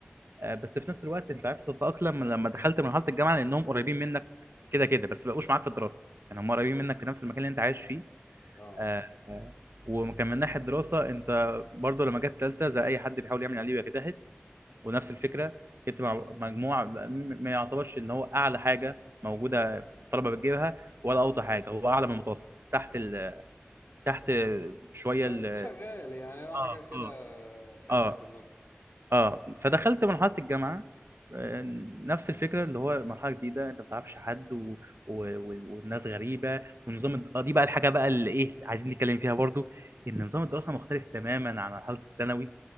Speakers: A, on the right; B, on the left.
A: آه، بس في نفس الوقت انت عرفت تتاقلم لما دخلت مرحله الجامعه لانهم قريبين منك كده كده بس ما بقوش معاك في الدراسه يعني هم قريبين منك في نفس المكان اللي انت عايش فيه
B: أه
A: آه، آه، وكان من ناحيه الدراسه انت برضو لما جت ثالثه زي اي حد بيحاول يعمل عليه ويجتهد ونفس الفكره جبت مع مجموع م- ما يعتبرش ان هو اعلى حاجه موجوده الطلبه بتجيبها ولا اوطى حاجه هو اعلى من المتوسط تحت ال... تحت شويه
B: شغ-
A: ال...
B: شغال يعني هو
A: اه
B: حاجة كده
A: اه
B: حب
A: اه
B: في النص
A: اه فدخلت مرحله الجامعه آه، نفس الفكره اللي هو مرحله جديده انت ما بتعرفش حد و... و... و- والناس غريبه والنظام الد- آه، دي بقى الحاجه بقى اللي ايه عايزين نتكلم فيها برضو ان نظام الدراسه مختلف تماما عن مرحله الثانوي